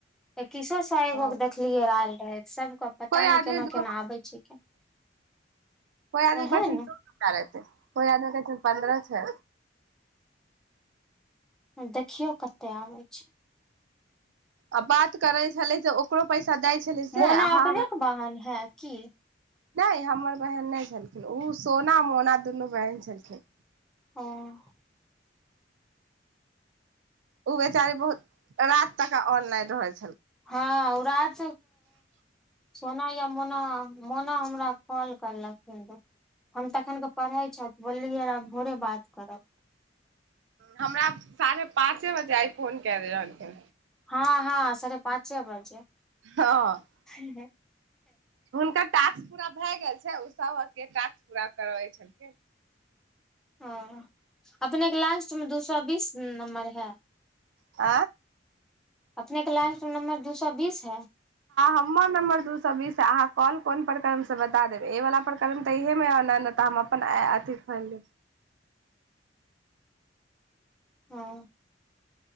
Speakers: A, in the centre; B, on the right.
A: बीशो सा एगो
B: हँ
A: के देखलियै र आयल रहे सबके पता
B: कोइ
A: नहि
B: आदमी
A: केना
B: कोइ
A: केना आबै छै
B: आदमी
A: ओएह
B: कहै
A: ने
B: रहै कोइ आदमी कहै पन्द्रह छै
A: देखियौ कतेक आबै छी
B: आ बात करै छले तऽ ओकरो पैसा दै छलै से
A: मोनो
B: अहाँ
A: अबनेक
B: हमरा
A: बाहन है की
B: नहि हमर बहन नहि छलखिन ओ सोना मोना दुनू बहन छलखिन
A: हुँ
B: उ बेचारी बहुत रात तक अनलइन रहै छै
A: हँ रात सोना या मोना मोना हमरा कॉल करलखिन रऽ हम तखन के पढ़े छ बोललियै र भोरे बात करब
B: हमरा साढ़े पाँचे बजे आय कोन क रहलानके
A: हँ हँ सरे पाँच च बाजे
B: हँ
A: ह
B: हुनकर टास्क पूरा भए गेल छै सबक के ास् पूरा करै छलख
A: ह अपनेके लास्ट मे दू सए बीस नम्बर है
B: ह
A: अपने के लास्ट नम्बर दू सए बीस है
B: हमर नमर दू सए बीस अहाँ कोन कोन प्रक्रम से बता देब एहि वला प्रकर्रम तऽ इहेमे नहि ने तऽ हम अपन अथिी खोलि लेब
A: हँ